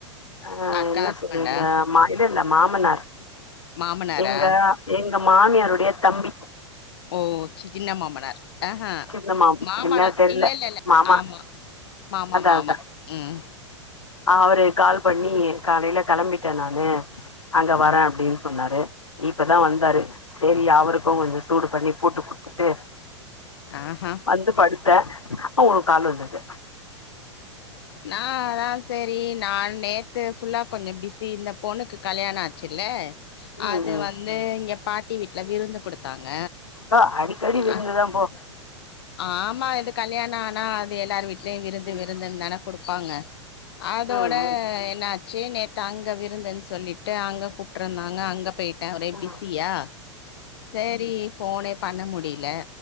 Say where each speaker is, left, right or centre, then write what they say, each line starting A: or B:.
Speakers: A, on the left; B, on the left.
A: ஆ
B: அக்கா
A: என்ன
B: ஹஸ்பண்டா
A: சொல்வீங்க ம இது இல்ல மாமனார்
B: மாமனாரா
A: எங்க எங்க மாமியாருடைய தம்பி
B: ஓ சி சின்ன மாமனார் ஆஹ்ஹ
A: சின்ன மாமா
B: மாமனா
A: என்ன தெர்ல
B: இல்ல இல்ல இல்ல
A: மாமா
B: ஆமா மாமா
A: அதா
B: மாமா‌
A: அதா
B: ம்
A: அவரு கால் பண்ணி காலையில கிளம்பிட்டே நாணு அங்க வரே
B: ஓ
A: அப்டின்னு சொன்னாரு இப்பதா வந்தாரு செரி அவருக்கு கொஞ்சோ சூடு பண்ணி பூட்டு குடுத்துட்டு
B: ஆஹ்ஹூ
A: வந்து படுத்தே உங்க காலு வந்தது
B: நா அதா செரி நான் நேத்து ஃபுல்லா கொஞ்சோ பிஸி இந்த பொனுக்கு கல்யானோ ஆச்சுல்ல
A: ம்
B: அது
A: ம்
B: வந்து இங்க பாட்டி வீட்டுல விருந்து குடுத்தாங்க
A: போ அடிக்கடி விருந்துதா
B: அ
A: போ
B: ஆமா இது கல்யாணா ஆனா அது எல்லாரு வீட்லயு விருந்து
A: ம்
B: விருந்துன்னு தான க குடுப்பாங்க அதோட
A: ம்
B: என்னாச் சே நேத் அங்க விருந்துன்னு சொல்லிட்டு அங்க கூப்பிட்டுருந்தாங்க அங்க போயி டே ஒரே
A: ம்
B: பிஸியா சேரி ஃபோனே பண்ண முடியல